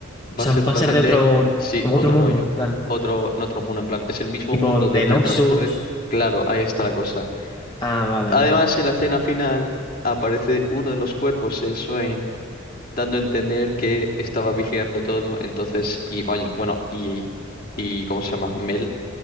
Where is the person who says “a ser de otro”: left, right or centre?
Left